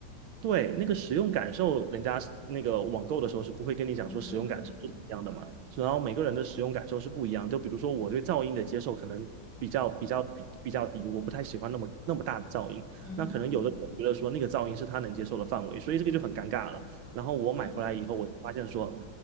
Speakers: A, on the right (about 85°); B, on the left (about 70°).
A: 对，那个使用感受，人家是那个网购的时候是不会跟你讲说使用感受是怎么样的嘛，
B: 嗯哼，
A: 然后每个人的使用感受是不一样。就比如说我对噪音的接受可能比较比较比比较低，我不太喜欢那么那么大的噪音。
B: 嗯哼。
A: 那可能有的人觉得说那个噪音是他能接受的范围，所以这个就很尴尬了。然后我买回来以后，
B: 嗯。
A: 我就发现说，